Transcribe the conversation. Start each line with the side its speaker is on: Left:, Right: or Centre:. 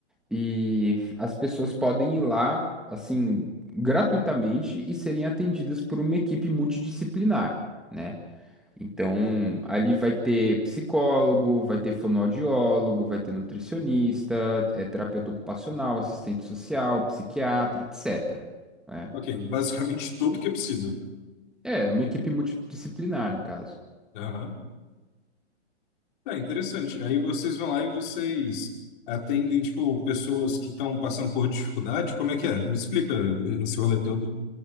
Centre: E as pessoas podem ir lá, assim, gratuitamente e serem atendidas por uma equipe multidisciplinar, né? Então, ali vai ter psicólogo, vai ter fonoaudiólogo, vai ter nutricionista, é, terapeuta ocupacional, assistente social, psiquiatra, etc. né?
Left: Ok, basicamente <laughs> tudo que é possível.
Centre: É, uma equipe multidisciplinar, no caso.
Left: Aham. Tá, interessante. Aí vocês vão lá e vocês atendem, tipo, pessoas que estão passando por dificuldade. Como é que é? Me explica esse rolê todo.